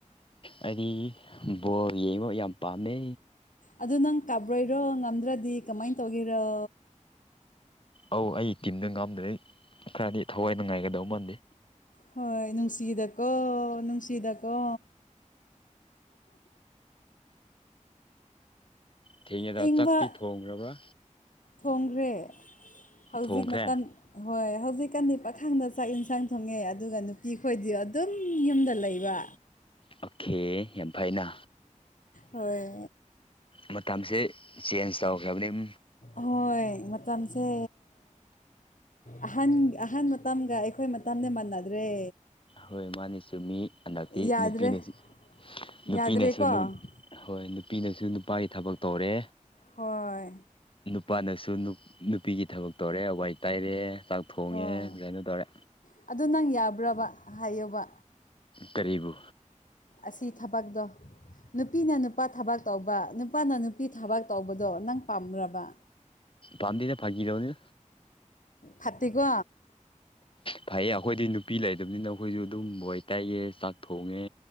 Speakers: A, on the left (about 40°); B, on the left (about 80°).
A: ꯑꯩꯗꯤ ꯕꯣꯔ ꯌꯦꯡꯉꯣ ꯌꯥꯝ ꯄꯥꯝꯃꯦ
B: ꯑꯗꯨ ꯅꯪ ꯀꯥꯕ꯭ꯔꯣꯏꯔꯣ ꯉꯝꯗ꯭ꯔꯗꯤ ꯀꯃꯥꯏ ꯇꯧꯒꯦꯔꯣ
A: ꯑꯧ ꯑꯩ ꯇꯤꯝꯗ ꯉꯥꯝꯗ꯭ꯔꯩ ꯈꯔꯗꯤ ꯊꯋꯥꯏ ꯅꯨꯡꯉꯥꯏꯒꯗꯧ ꯃꯥꯟꯗꯦ
B: ꯍꯣꯏ ꯅꯨꯡꯁꯤꯗꯀꯣ ꯅꯨꯡꯁꯤꯗꯀꯣ
A: ꯊꯦꯡꯉꯦꯗ
B: ꯏꯪꯕ
A: ꯆꯥꯛꯇꯤ ꯊꯣꯡꯈ꯭ꯔꯕ꯭ꯔꯥ
B: ꯊꯣꯡꯈ꯭ꯔꯦ ꯍꯧꯖꯤꯛ
A: ꯊꯣꯡꯈ꯭ꯔꯦ
B: ꯃꯇꯝ ꯍꯣꯏ ꯍꯧꯖꯤꯛꯀꯥꯟꯗꯤ ꯄꯥꯈꯥꯡꯗ ꯆꯥꯛ ꯏꯟꯁꯥꯡ ꯊꯣꯡꯉꯦ ꯑꯗꯨꯒ ꯅꯨꯄꯤ ꯈꯣꯏꯗꯤ ꯑꯗꯨꯝ ꯌꯨꯝꯗ ꯂꯩꯕ
A: ꯑꯣꯀꯦ ꯌꯥꯝ ꯐꯩꯅ
B: ꯍꯣꯏ
A: ꯃꯇꯝꯁꯦ ꯆꯦꯟꯁ ꯇꯧꯈ꯭ꯔꯕꯅꯤꯝ
B: ꯍꯣꯏ ꯃꯇꯝꯁꯦ ꯑꯍꯟ ꯑꯍꯟ ꯃꯇꯝꯒ ꯑꯩꯈꯣꯏ ꯃꯇꯝꯗꯤ ꯃꯥꯟꯅꯗ꯭ꯔꯦ
A: ꯍꯣꯏ ꯃꯥꯅꯦ ꯆꯨꯝꯃꯤ ꯍꯟꯗꯛꯇꯤ
B: ꯌꯥꯗ꯭ꯔꯦ
A: ꯅꯨꯄꯤꯅꯁ
B: ꯌꯥꯗ꯭ꯔꯦꯀꯣ
A: ꯅꯨꯄꯤꯅꯁꯨ ꯍꯣꯏ ꯅꯨꯄꯤꯅꯁꯨ ꯅꯨꯄꯥꯒꯤ ꯊꯕꯛ ꯇꯧꯔꯦ
B: ꯍꯣꯏ
A: ꯅꯨꯄꯥꯅꯁꯨ ꯅꯨꯄꯤꯒꯤ ꯊꯕꯛ ꯇꯧꯔꯦ ꯋꯥꯏ ꯇꯩꯔꯦ ꯆꯥꯛ ꯊꯣꯡꯉꯦ
B: ꯍꯣꯏ
A: ꯒꯩꯅꯣ ꯇꯧꯔꯦ
B: ꯑꯗꯨ <unintelligible> ꯍꯥꯏꯌꯣꯕ
A: ꯀꯔꯤꯕꯨ
B: ꯑꯁꯤ ꯊꯕꯛꯇꯣ ꯅꯨꯄꯤꯅ ꯅꯨꯄꯥ ꯊꯕꯛ ꯇꯧꯕ ꯅꯨꯄꯥꯅ ꯅꯨꯄꯤ ꯊꯕꯛ ꯇꯧꯕꯗꯣ ꯅꯪ ꯄꯥꯝꯕꯔꯕ
A: ꯄꯥꯝꯗꯦꯗ ꯐꯒꯤ ꯇꯧꯅꯤ
B: ꯐꯠꯇꯦꯀꯣ
A: ꯐꯩꯌꯦ ꯑꯩꯈꯣꯏꯗꯤ ꯅꯨꯄꯤ ꯂꯩꯇꯕꯅꯤꯅ ꯑꯩꯈꯣꯏꯁꯨ ꯑꯗꯨꯝ ꯋꯥꯏ ꯇꯩꯌꯦ ꯆꯥꯛ ꯊꯣꯡꯉꯦ